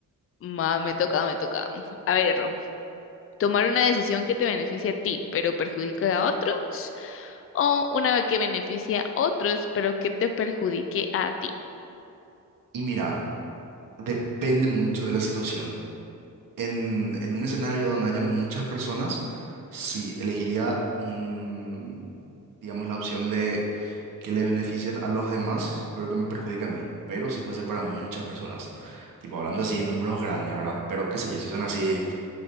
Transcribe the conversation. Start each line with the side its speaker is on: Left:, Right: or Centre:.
Left: Ma, me toca, me toca. A ver, tomar una decisión que te beneficie a ti, pero perjudica a otros o una que beneficia a otros, pero que te perjudique a ti.
Right: Y mira, depende mucho de la situación. En, en un escenario donde haya muchas personas, sí, elegiría un, digamos, la opción de que le beneficien a los demás, pero que me perjudique a mí. Pero si fuese para muchas personas, tipo hablando así
Left: <laughs>
Right: en números grandes, ¿verdad? Pero qué sé yo, si son así